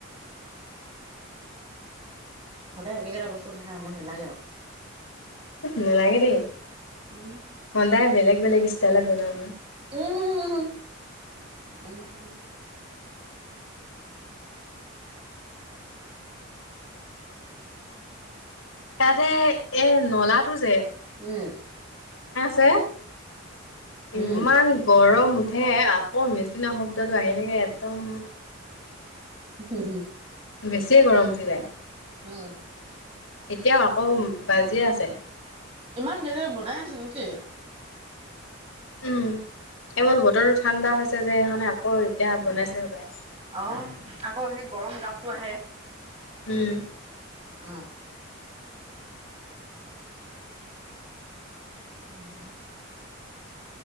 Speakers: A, on the right; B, on the left.
A: সদায় একে কেইটা বস্তু খাই খাই আমনি নালাগে আও?
B: নালাগে দেই।
A: উম।
B: সদায় বেলেগ ষ্টাইলত বনাম।
A: উম উম উম উম।
B: তাতে এ নলাটো যে
A: উম
B: ছে
A: উম
B: ইমান গৰম উঠে আকৌ মেচিনৰ শব্দটো আহি থাকে একদম
A: হু'ম হুম।
B: বেছিয়ে গৰম উঠি যায়।
A: উম।
B: এতিয়াও আকৌ বাজিয়ে আছে।
A: ইমান দেৰিলৈকে বনাই আছে নেকি?
B: উম এৱল বতৰতো ঠাণ্ডা হৈছে যে সেইকাৰণে আকৌ এতিয়া বনাইছে সপায়।
A: অহ আকৌ সেই গৰম গাপটো আহে।
B: উম।
A: অ'। উম।